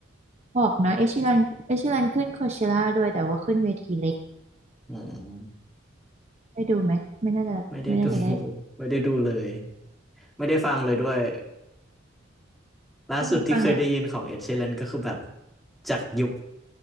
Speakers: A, on the right; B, in the centre.
A: บอกนะเอ็ชีรันเอ็ชีรันขึ้นโคเชล่าด้วยแต่ว่าขึ้นเวทีเล็ก
B: อืม
A: ได้ดูไหมไม่น่าจะไม่น่าจะได้
B: ไม่ได้ดู <laughs> ไม่ได้ดูเลย ไม่ได้ฟังเลยด้วยล่าสุดที่เคยได้ยินของเอ็ดเช
A: ช่วงนี้ฟังแนว
B: e รนก็คือแบบจากยุค